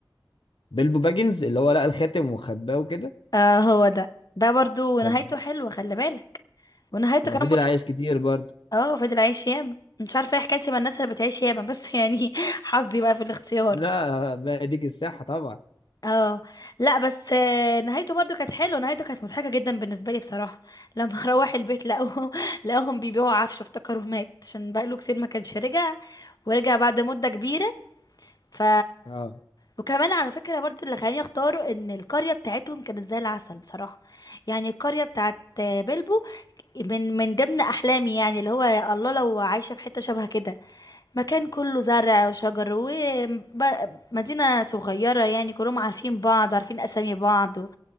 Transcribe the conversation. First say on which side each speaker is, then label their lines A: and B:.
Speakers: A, on the left; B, on the left.
A: بيلبو باجنز اللي هو لقى الخاتم وخباه وكده
B: اه هو ده ده برضو نهايته
A: طب
B: حلوة خلي بالك ونهايته
A: فضل
B: كمان
A: عايش كتير برضه
B: اه فضل عايش ياما مش عارفه ايه حكايتي مع الناس اللي بتعيش ياما بس <laughs> يعني حظي بقى في الاختيار
A: لا بقى ديك الساحه طبعا
B: اه لا بس آه، نهايته برضو كانت حلوه نهايته كانت مضحكه جدا بالنسبه لي بصراحه لما <laughs> روح البيت لقوه لقوهم بيبيعوا عفشه افتكروا مات عشان بقاله كتير ما كانش رجع ورجع بعد مده كبيره ف
A: اه
B: وكمان على فكرة برضو اللي خلاني اختاره ان القرية بتاعتهم كانت زي العسل بصراحة يعني القرية بتاعت بلبو من من ضمن احلامي يعني اللي هو يا الله لو عايشة في حتة شبه كده مكان كله زرع وشجر ومدينة صغيرة يعني كلهم عارفين بعض عارفين اسامي بعض و...